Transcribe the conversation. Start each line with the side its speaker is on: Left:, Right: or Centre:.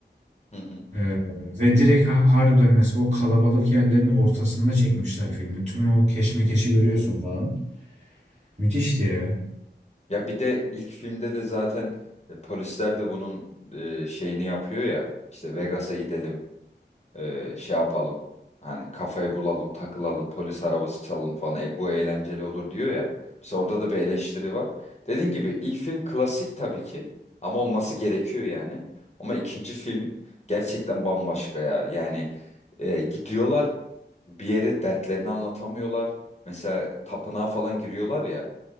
Left: hı. hı.
Right: Ee, ve direkt ha- harbiden mesela o kalabalık yerlerin ortasında çekmişler filmi. Tüm o keşmekeşi görüyorsun falan. Müthişti ya.
Left: Ya bir de ilk filmde de zaten e, polisler de bunun e, şeyini yapıyor ya. İşte Vegas'a gidelim. e, şey yapalım. Hani kafayı bulalım, takılalım, polis arabası çalalım falan. E, bu eğlenceli olur diyor ya. Mesela orada da bir eleştiri var. Dediğin gibi ilk film klasik tabii ki. Ama olması gerekiyor yani. Ama ikinci film gerçekten bambaşka ya. Yani e, gidiyorlar bir yere dertlerini anlatamıyorlar. Mesela tapınağa falan giriyorlar ya.